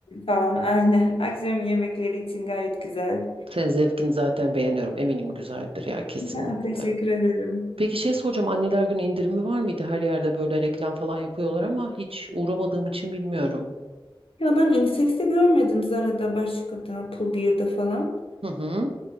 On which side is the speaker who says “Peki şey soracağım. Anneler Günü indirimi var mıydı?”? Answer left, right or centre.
Right